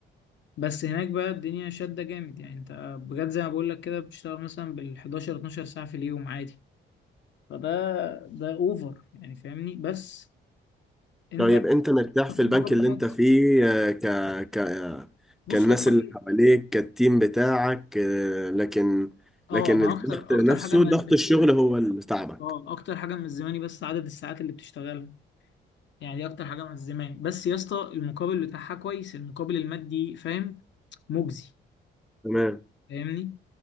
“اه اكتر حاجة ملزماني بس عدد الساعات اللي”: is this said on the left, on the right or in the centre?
Left